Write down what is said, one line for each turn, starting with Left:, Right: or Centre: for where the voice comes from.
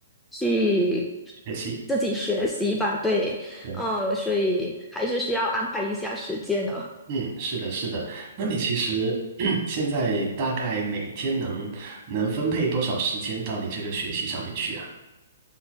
Centre: 去
Right: 学习。
Centre: 自己学习吧。对，
Right: 对，
Centre: 呃，所以还是需要安排一下时间的。
Right: 嗯，是的，是的。那你其实 <clears throat> 现在大概每天能能分配多少时间到你这个学习上面去啊？